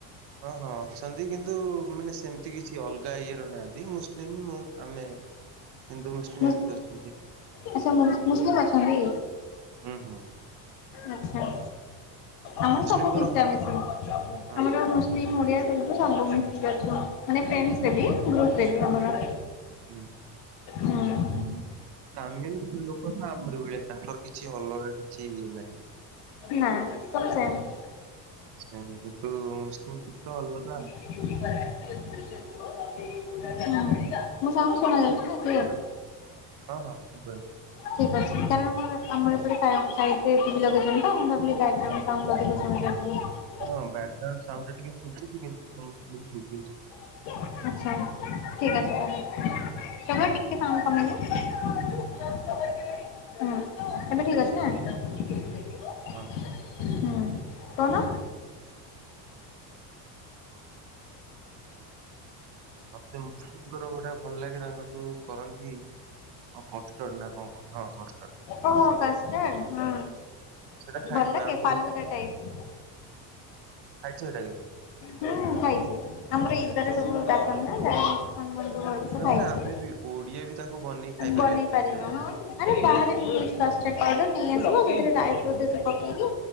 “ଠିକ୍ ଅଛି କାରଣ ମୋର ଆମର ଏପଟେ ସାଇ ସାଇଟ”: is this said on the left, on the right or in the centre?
Left